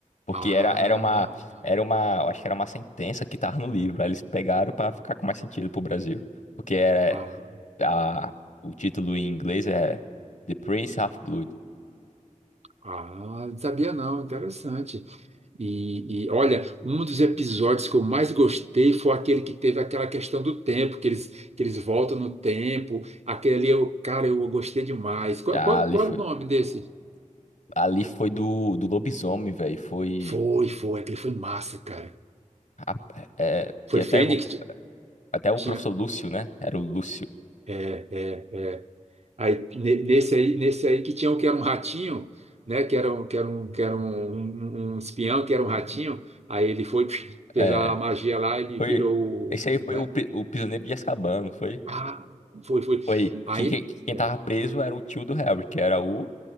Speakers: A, on the left (about 65°); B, on the right (about 55°).
A: Porque
B: Ah,
A: era, era uma, era uma, eu acho que era uma sentença que tava no livro. Aí eles pegaram pra ficar com mais sentido pro Brasil. Porque era,
B: ah,
A: a, o título em inglês é The Prince Half-Blood.
B: ah, não sabia não, interessante. E, e, olha, um dos episódios que eu mais gostei foi aquele que teve aquela questão do tempo, que eles, que eles voltam no tempo. Aquele ali, eu, cara, eu gostei demais. Qual,
A: Ah,
B: qual,
A: ali
B: qual
A: foi.
B: é o nome desse?
A: Ali foi do, do lobisomem, velho. Foi.
B: Foi, foi, aquele foi massa, cara.
A: rap- é,
B: Foi
A: que até,
B: Fênix?
A: o- até o
B: Tinha,
A: professor Lúcio, né? Era o Lúcio.
B: é, é, é. Aí, ne- nesse aí, nesse aí que tinha um que era um ratinho, né? Que era um, que era um, que era um, um, um espião, que era um ratinho. Aí ele foi, <laughs> fez
A: É,
B: a magia lá, ele
A: foi.
B: virou,
A: Esse
B: o-
A: aí foi
B: né?
A: o, pri- o prisioneiro de Azkaban, não foi?
B: Ah, foi, foi.
A: Foi.
B: Aí,
A: Que, que- quem
B: é.
A: tava preso era o tio do Harry, que era o